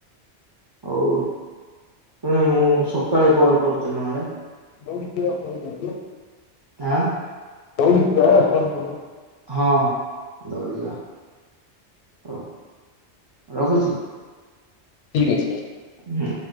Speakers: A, on the right; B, on the left.
A: ଆଉ ଶୁଣେ ମୁଁ ସକାଳେ କଲ କରୁଥିଲି ନହେଲେ।
B: <unintelligible>
A: ଆଁ
B: ଦୌଡ଼ି ଜିବା ନା ସୋନପୁରୁ
A: ହଁ ଦୌଡ଼ିଯିବା। ହଉ ରଖୁଛି।
B: ଠିକ୍ ଅଛି।
A: ହୁଁ।